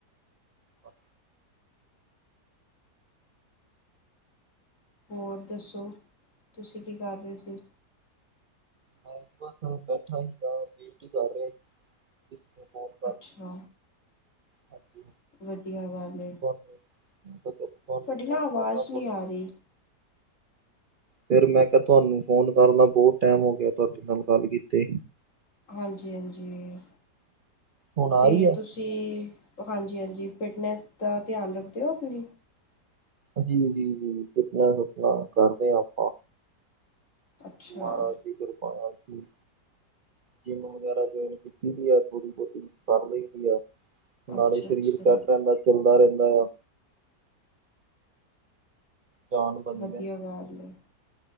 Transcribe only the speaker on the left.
ਹੋਰ ਦੱਸੋ, ਤੁਸੀਂ ਕੀ ਕਰ ਰਹੇ ਸੀ।
ਅੱਛਾ।
ਵਧੀਆ ਗੱਲ ਏ,
ਤੁਹਾਡੀ ਨਾ ਆਵਾਜ਼
ਨਹੀਂ
ਆ ਰਹੀ।
ਹਾਂਜੀ-ਹਾਂਜੀ,
ਤੇ
ਤੁਸੀ? ਜੀ ਹਾਂਜੀ-ਹਾਂਜੀ ਫਿਟਨੈਸ ਦਾ ਧਿਆਨ ਰੱਖ ਦਿਓ, ਤੁਸੀ?
ਅੱਛਾ
ਅੱਛਾ
ਅੱਛਾ
ਵਧੀਆ ਗੱਲ ਏ।